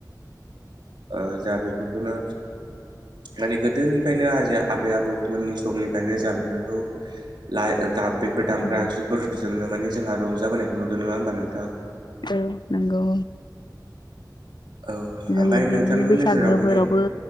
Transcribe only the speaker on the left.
औ
औ नोंगौ।
जोङो
बिदिनो बैसागोफोरावबो